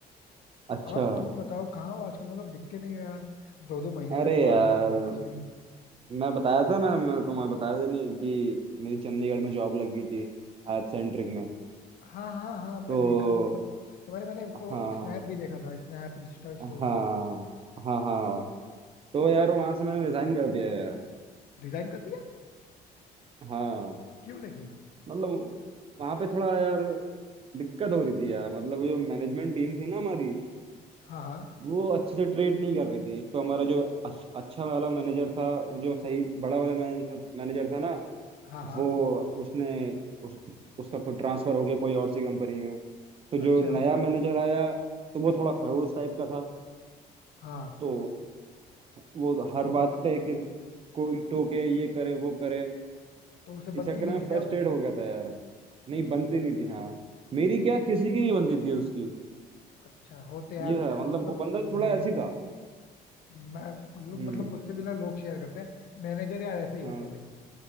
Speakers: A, on the right; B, on the left.
A: अच्छा
B: और तुम बताओ कहाँ हो आजकल मतलब दिखते नहीं हो यार दो दो महीने
A: अरे
B: तक कॉल
A: यार
B: वॉल मैसेज नहीं
A: मैं बताया था ना मैं तुम्हें बताया था नहीं कि मेरी चंडीगढ़ में जॉब लग गई थी एड सेंट्रिक में
B: हाँ हाँ हाँ मैं
A: तो
B: देखा मतलब तुम्हारे मैंने वो
A: हाँ
B: स्नैप भी देखा था स्नैप इंस्टा स्टोरी
A: हाँ हाँ हाँ तो यार वहां से मैंने रिजाइन कर दिया यार
B: डिजाइन कर दिया
A: हाँ
B: क्यों लेकिन
A: मतलब वहां पे थोड़ा यार दिक्कत हो रही थी यार मतलब जो मैनेजमेंट टीम थी ना हमारी
B: हाँ हाँ
A: वो अच्छे से ट्रीट नहीं कर रही थी एक तो हमारा जो अच्छ, अच्छा वाला मैनेजर था जो सही बड़ा वाला मैनेजर मैनेजर था ना
B: हाँ हाँ
A: वो उसने उस, उसका कोई ट्रांसफर हो गया कोई और सी कंपनी में तो जो
B: अच्छा
A: नया मैनेजर आया तो वो थोड़ा खड़ूस टाइप का था
B: हाँ
A: तो वो हर
B: तो
A: बात पे कि कोई टोके ये करे वो करे
B: तो उसे
A: इस
B: बनती
A: चक्कर
B: नहीं
A: में
B: थी
A: फ्रस्ट्रेट
B: क्या उतनी
A: हो गया था यार नहीं बनती नहीं थी हाँ मेरी क्या किसी की नहीं बनती थी उसकी
B: अच्छा होते यार
A: ये था मतलब
B: मतलब
A: वो बंदा
B: मे
A: थोड़ा ऐसी था
B: मैं मतलब
A: हम्म
B: मतलब मुझसे मिला लोग शेयर करते हैं मैनेजर यार ऐसे ही होते
A: हाँ
B: हैं भाई